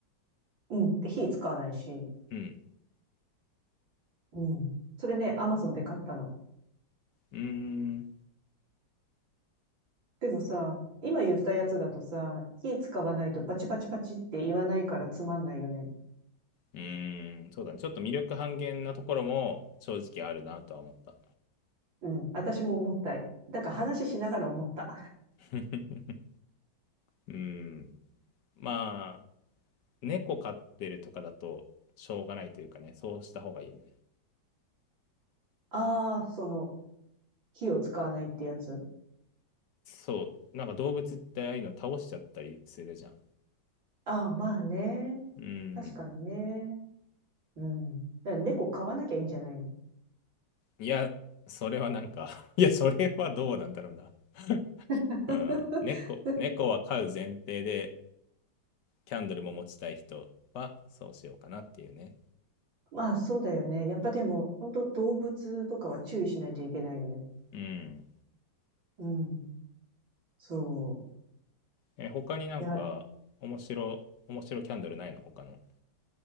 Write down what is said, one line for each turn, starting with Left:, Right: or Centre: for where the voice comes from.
Right: うん。で、火使わないし、
Left: うん。
Right: うん。それね、アマゾンで買ったの。
Left: うーん。
Right: でもさ、今言ったやつだとさ、火使わないとバチバチバチって言わないからつまんないよね。
Left: うーん。そうだね。ちょっと魅力半減なところも正直あるなとは思った。
Right: うん。私も思った。だから話しながら思った。
Left: <laughs> うんまあ猫飼ってるとかだとしょうがないというかねそうした方がいいよね
Right: ああ、その、火を使わないってやつ。
Left: そうなんか動物ってああいうの倒しちゃったりするじゃん
Right: ああ、まあね。
Left: うん
Right: 確かにね。うん。だから猫飼わなきゃいいんじゃないの
Left: いやそれはなんか <laughs> いやそれはどうなんだろうな
Right: <laughs>
Left: <laughs> うん猫猫は飼う前提でキャンドルも持ちたい人はそうしようかなっていうね
Right: まあそうだよね。やっぱでも、本当動物とかは注意しないといけないよね。
Left: うん
Right: うん。そ
Left: え他になんか面白面白キャンドルないの他の
Right: う。いや、